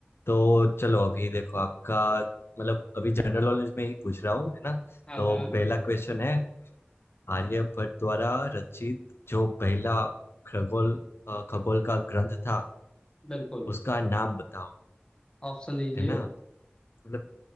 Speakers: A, on the left; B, on the left.
A: तो चलो अभी देखो आपका मतलब अभी जनरल नॉलेज में ही पूछ रहा हूँ है ना
B: हाँ
A: तो
B: हाँ
A: पहला क्वेश्चन है आर्यभट्ट द्वारा रचित जो पहला खगोल अ, खगोल का ग्रंथ था
B: बिल्कुल
A: उसका नाम बताओ
B: ऑप्शन दीजिए
A: है ना मतलब